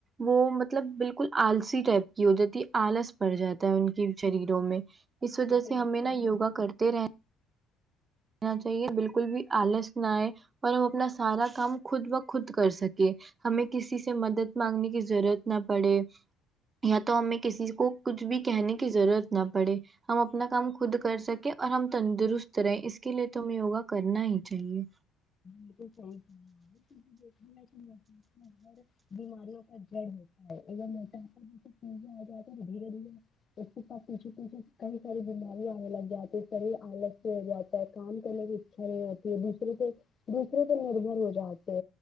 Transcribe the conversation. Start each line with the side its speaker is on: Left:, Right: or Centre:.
Right: وہ مطلب بالکل آلسی ٹائپ کی ہو جاتی ہے آلس پڑ جاتا ہے ان کی شریروں میں اس وجہ
Left: بالکل
Right: سے ہمیں نا یوگا کرتے رہے چاہیے بالکل بھی آلس نہ آئے اور وہ اپنا سارا کام خود بہ خود کر سکے ہمیں کسی سے مدد مانگنے کی ضرورت نہ پڑے یا تو ہمیں کسی کو کچھ بھی کہنے کی ضرورت نہ پڑے ہم اپنا کام خود کر سکیں اور ہم تندرست رہیں اس اس کے لیے تو ہمیں یوگا کرنا ہی چاہیے
Left: بالکل صحی دیکھ <unintelligible> تھائیرائیڈ بیماریوں کا جڑ ہے اگر موٹا پا آ جائے تو دھیرے دھیرے اس کے ساتھ پیچھے پیچھے کئی ساری بیماری آنے لگ جاتی ہے شریر آلس سے ہو جاتا ہے کام کرنے بھی آتی ہے دوسرے سے دوسرے پہ نربھر ہو جاتے